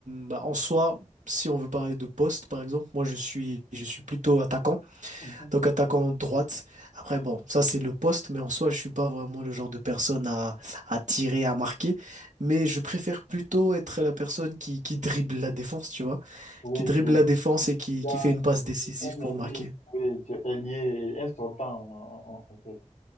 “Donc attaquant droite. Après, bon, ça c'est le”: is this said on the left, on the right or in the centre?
Right